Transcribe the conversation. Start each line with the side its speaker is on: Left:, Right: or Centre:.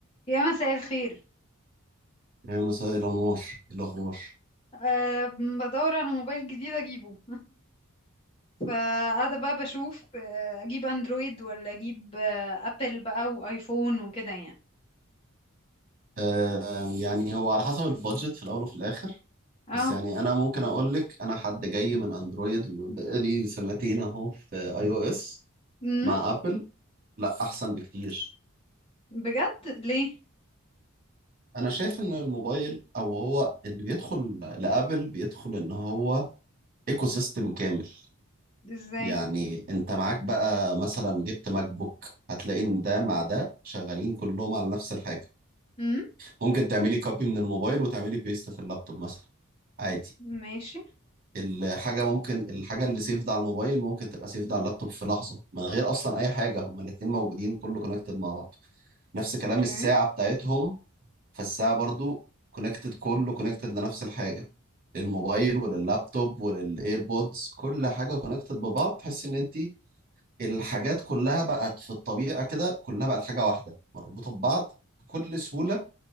Left: يا مساء الخير
Right: يا مساء الأنوار إيه الأخبار
Left: أه بدور على موبايل جديد اجيبه فقاعدة بقى بشوف آه، اجيب اندرويد ولا اجيب آه، ابل بقى وايفون وكده يعني
Right: آه يعني هو على حسب البادجت في الأول وفي الآخر
Left: اه
Right: بس يعني أنا ممكن أقول لك أنا حد جاي من أندرويد وبقالي سنتين أهو في أي أو إس
Left: امم
Right: مع أبل لا أحسن بكتير
Left: بجد ليه
Right: أنا شايف إن الموبايل أو هو اللي بيدخل لأبل بيدخل إن هو إيكو سيستم كامل
Left: ازاي
Right: يعني أنت معاك بقى مثلا جبت ماك بوك هتلاقي إن ده مع ده شغالين كلهم على نفس الحاجة
Left: امم
Right: ممكن تعملي كوبي من الموبايل وتعملي بيست في اللابتوب مثلا عادي
Left: ماشي
Right: الحاجة ممكن الحاجة اللي سيفد على الموبايل ممكن تبقى سيفد على اللابتوب في لحظة من غير أصلا أي حاجة هما الاتنين موجودين كله كونكتد مع بعض نفس كلام
Left: اوكي
Right: الساعة بتاعتهم فالساعة برضو كونكتد كله كونكتد لنفس الحاجة للموبايل ولللابتوب وللايربودز كل حاجة كونكتد ببعض تحس إن أنت الحاجات كلها بقت في الطبيعة كده كلها بقت حاجة واحدة مربوطة ببعض بكل سهولة